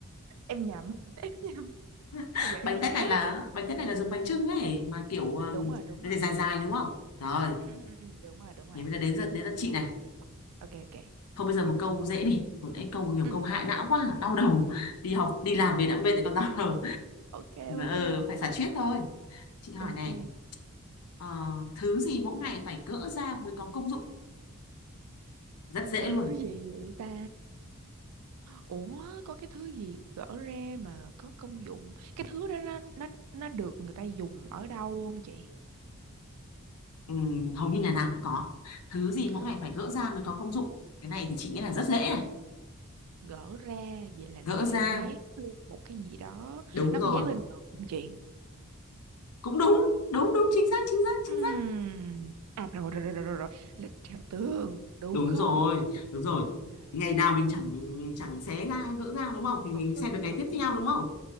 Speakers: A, on the right (about 85°); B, on the left (about 90°).
A: em nhầm <laughs> em nhầm
B: <laughs>
A: bây giờ em
B: bánh
A: mới
B: tét
A: nhớ
B: này là bánh tét này là giống bánh chưng ấy mà kiểu um,
A: đúng rồi đúng
B: nó
A: rồi
B: để dài dài đúng không rồi
A: Ừ. Ừ. Ừ. ừ. đúng rồi đúng rồi
B: thì bây giờ đến giờ đến lượt chị
A: Rồi.
B: này
A: ok ok
B: thôi bây giờ một câu dễ đi một cái câu nhiều
A: ừ
B: câu hại não quá đau đầu đi học đi làm về đã mệt thì còn đau đầu
A: ok ok
B: ừ, phải xả stress thôi chị hỏi
A: ok
B: này ờ, thứ gì mỗi ngày phải gỡ ra mới có công dụng rất dễ
A: thứ
B: luôn
A: gì vậy ta Ủa có cái thứ gì gỡ ra mà có công dụng cái thứ đó nó nó nó được người ta dùng ở đâu không chị
B: ừ, hầu như nhà nào cũng có thứ gì
A: <gasps>
B: mỗi ngày phải gỡ ra mới có công dụng cái này thì chị nghĩ là rất dễ này
A: gỡ ra vậy là
B: gỡ
A: nó
B: ra
A: phải dán lên một cái gì đó
B: đúng
A: nó
B: rồi
A: có dán lên tường không chị
B: cũng đúng đúng đúng chính xác chính xác chính
A: Ừm.
B: xác
A: à rồi rồi rồi rồi rồi rồi. lịch theo tường đúng
B: đúng
A: không
B: rồi đúng rồi
A: trời
B: ngày nào mình
A: ơi
B: chẳng
A: ok.
B: chẳng xé ra gỡ ra đúng không thì
A: cũng
B: mình
A: đúng
B: xem được ngày
A: hợp
B: tiếp
A: lý
B: theo
A: hợp lý
B: đúng không